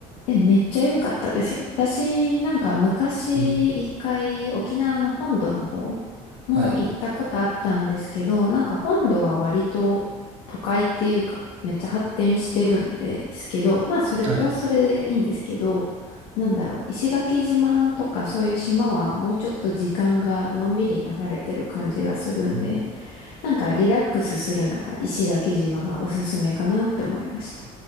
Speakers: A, on the left; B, on the right.
A: え、めっちゃ良かったですよ。私、なんか昔一回沖縄の本土の方
B: うん。
A: も行ったことあったんですけど、
B: はい。
A: なんか本土は割と都会っていうか、めっちゃ発展してるんですけど、まあそれはそれでいいんですけど、
B: はい。
A: なんだろう、石垣島とかそういう島はもうちょっと時間がのんびり流れてる感じがするんで、
B: うん。
A: なんかリラックスするなら石垣島がおすすめかなって思いました。